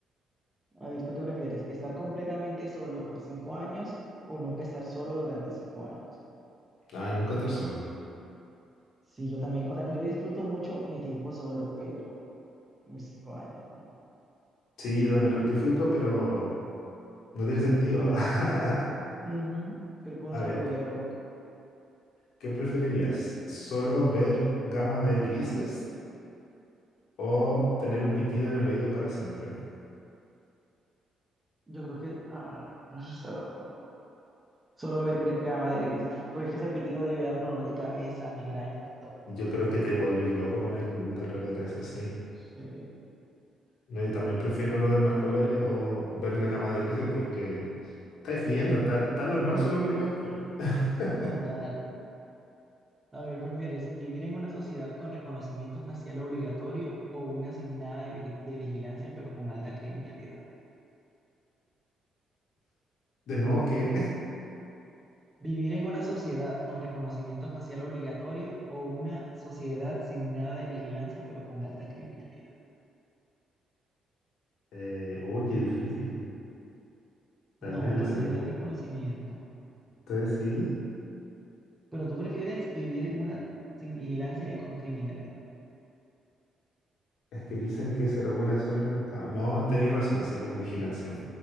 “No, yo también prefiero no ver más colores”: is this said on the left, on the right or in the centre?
Left